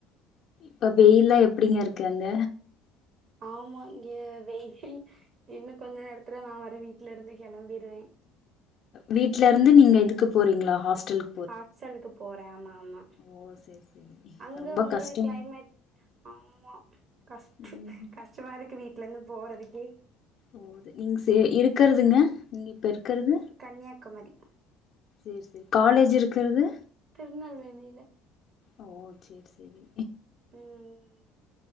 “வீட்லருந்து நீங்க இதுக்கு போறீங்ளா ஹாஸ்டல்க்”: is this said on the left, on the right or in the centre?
Left